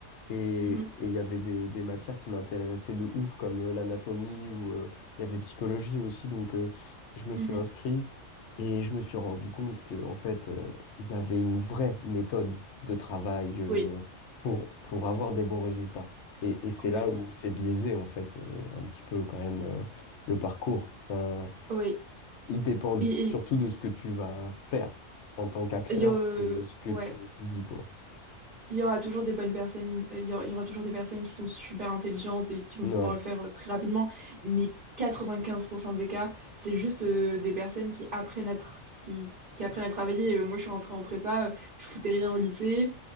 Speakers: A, on the left; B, on the right.
A: Et
B: Mhm,
A: et il y avait des, des matières qui m'intéressaient de ouf, comme euh, l'anatomie ou euh, il y avait psychologie aussi. Donc, euh, je me
B: mhm.
A: suis inscrit et je me suis rendu compte que, en fait, euh, il y avait une vraie méthode de travail euh,
B: Oui,
A: pour, pour avoir des bons résultats. Et, et c'est
B: complètement.
A: là où c'est biaisé, en fait, euh, un petit peu quand même euh, le parcours. Euh,
B: Oui.
A: il dépend
B: Et,
A: surtout
B: et,
A: de ce que tu vas faire en tant qu'acteur
B: et, euh,
A: que ce que
B: ouais.
A: tu étudies, quoi.
B: Il y aura toujours des bonnes personnes, euh, il y aura, il y aura toujours des personnes qui sont super intelligentes et qui vont
A: Ouais.
B: pouvoir le faire euh, très rapidement, mais 95% des cas, c'est juste euh, des personnes qui apprennent à tra- qui, qui apprennent à travailler. Euh, moi, je suis rentrée en prépa, euh, je foutais rien au lycée.